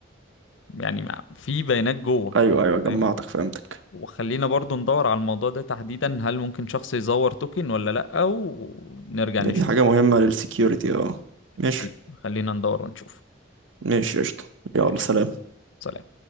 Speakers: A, on the left; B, on the right.
A: يعني ما- في بيانات جوه
B: ايوه ايوه جمعتك
A: فاهم
B: فهمتك
A: وخلينا برضو ندور على الموضوع ده تحديدا هل ممكن شخص يزور توكن ولا لأ ونرجع
B: يعني
A: نشوفه
B: دي حاجه مهمه
A: يعني
B: للسكيورتي اه ماشي
A: خلي... خلينا ندور ونشوف
B: ماشي قشطه
A: ماشي
B: يلا سلام
A: سلام